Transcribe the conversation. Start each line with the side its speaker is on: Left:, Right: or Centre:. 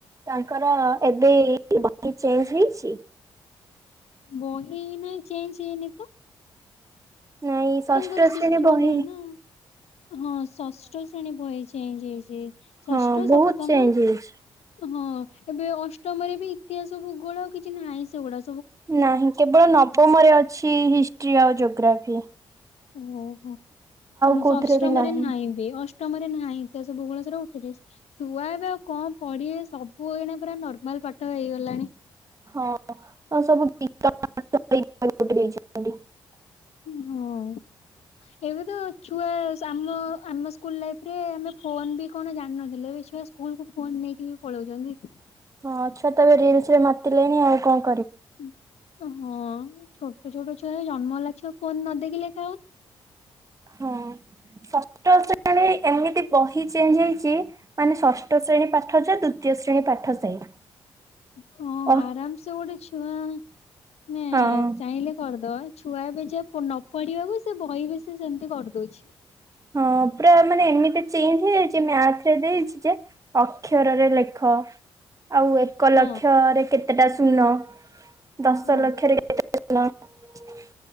Right: ତାଙ୍କର ଏବେ ଚେଞ୍ଜ ହେଇଛି।
Left: ବହି ନାଇଁ ସେଞ ସେନି ତ।
Right: ନାଇଁ ଷଷ୍ଠ
Left: ତାଙ୍କର ଶିଶୁ
Right: ଶ୍ରେଣୀ ବହି
Left: ମନ୍ଦିର ନା ହଁ ଷଷ୍ଠ ଶ୍ରେଣୀ ବହି ଯାଇ ଛି। ଷଷ୍ଠ
Right: ହଁ ବହୁତ
Left: ସପ୍ତମ
Right: ଚେଞ୍ଜ ହେଇଛି।
Left: ହଁ ଏବେ ଅଷ୍ଟମରେ ବି? ଏଆ ସବୁ ଗୋଳ ଆଉ କିଛି ନାହିଁ ସେଗୋଡ
Right: ନାହିଁ କେବଳ ନବମରେ ଅଛି ହିଷ୍ଟ୍ରି ଆଉ ଯୋଗ। ଜ୍ୟୋଗ୍ରାଫି।
Left: ଓହୋ। ହ
Right: କୋଉଥିରେ
Left: ଅଷ୍ଟମରେ
Right: ବି ନାହିଁ
Left: ନାଁବେ ଅଷ୍ଟ ତମର ନାହିଁତ ସବୁ ବେଳେ ସେରା ଉଠିଦେଇଛି ।ଛୁଆ ଏବେ ଆଉ କଣ ପଢିବେ ସବୁ ଏଇ ପୁରା ନର୍ମାଲ ପାଠ ହେଇଗଲାଣି ।
Right: ହଁ । ହଁ ସବୁ <unintelligible> ଦେଇଛି ଏମତି
Left: ହଁ ଏବେ ତ ଛୁଆ ଆମ ଆମ ସ୍କୁଲ ଲାଇଫ ରେ ଆ ଫୋନ ବି କଣ ଜାଣିିନଥିଲେ ଏବେ ଛୁଆ ସ୍କୁ ସ୍କୁଲକୁୁ ଫୋନ ନେଇକି ବି ପଳଉଚନ୍ତି ।
Right: ହଁଛୁଆ ତ ଏବେ ରିଲସ ରେ ମାତି ଲେଣି ଆଉ କଣ ।
Left: ହୁଁ ହଁ ଛୋଟ ଛୋଟ ଛୁଆ ଗୁରା ଜନ୍ମ ହେଲା ଛୁଆ ଫୋନ ନ ଦେଖିଲେ ।
Right: ହଁ ଷଷ୍ଠ ଶ୍ରେଣୀ ଏମିତି ବହି ଚେଞ୍ଜ ହେଇଛି ମାନେ ଷଷ୍ଠ ଶ୍ରେଣୀ ପାଠ ଯା ଦ୍ଵିତୀୟ ଶ୍ରେଣୀ ପାଠ ସେଇଆ।
Left: ହଁ
Right: ଓ
Left: ଆରାମ ସେ ଗୋଟେ ଛୁଆ ନେ
Right: ହଁ
Left: ଚାହିଁଲେ କରିଦ ବ ଛୁଆ ଏବେ ଯୋଉ ନ ପଢିବାକୁ ସେ ବହି ବି ସେ ସେମିତି କରିଦଉଛି ।
Right: ହଁ ପୁରା ମାନେ ଏମିତି ଚେଞ୍ଜ ହେଇଯାଇଛି ମ୍ୟାଥରେ ଦେଇଛି ଯେ ଅକ୍ଷରରେ ଲେଖ । ଆଉ ଏକ
Left: ହଁ
Right: ଲକ୍ଷରେ କେତେ କେତେଟା ଶୂନ । ଦଶ
Left: ହଁ
Right: ଲକ୍ଷରେ କେ ଶୁନ ।